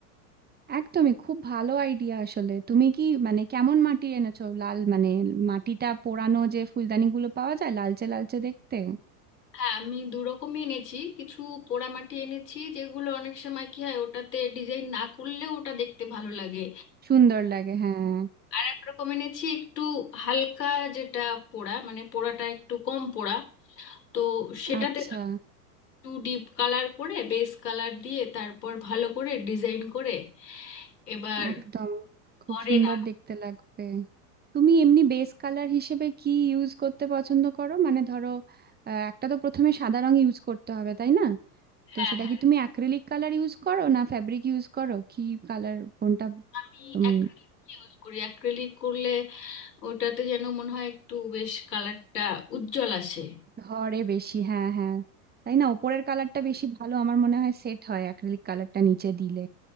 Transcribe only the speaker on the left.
হ্যাঁ আমি দু রকমই এনেছি কিছু পোড়ামাটি এনেছি যেগুলো অনেক সময় কি হয় ওটাতে ডিজাইন না করলেও ওটা দেখতে ভালো লাগে
আর এক রকমের এনেছি একটু হালকা যেটা পোড়া মানে পোড়াটা একটু কম পোড়া তো সেটাতে
একটু ডিপ কালার করে বেস কালার দিয়ে তারপর ভালো করে ডিজাইন করে এবার
ঘরে
রাখ
হ্যাঁ
হ্যাঁ
আমি
অ্যাক্রিলিক ইউজ করি অ্যাক্রিলিক করলে ওটাতে যেন মনে হয় একটু বেশ কালারটা উজ্জ্বল আসে